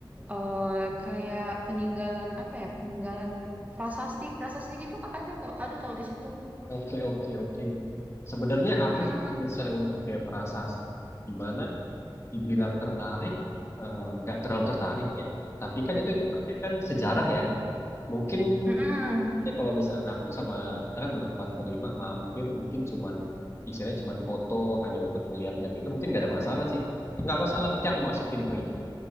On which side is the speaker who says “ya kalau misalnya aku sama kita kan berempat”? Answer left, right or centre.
Left